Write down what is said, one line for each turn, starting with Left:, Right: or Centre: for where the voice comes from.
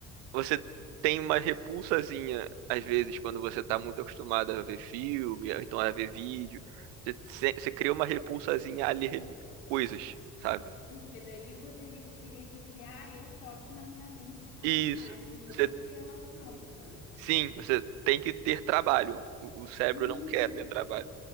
Right: você tem uma repulsazinha, às vezes, quando você está muito acostumado a ver filme, ou então a ver vídeo. Você, se- você cria uma repulsazinha a ler coisas, sabe?
Left: Porque daí eu vou ter, teria que criar eu própria na minha mente aquela
Right: Isso.
Left: imagem, não
Right: Você-
Left: tê-la pronta.
Right: sim, você tem que ter trabalho. O, o cérebro
Left: Hum,
Right: não quer ter trabalho.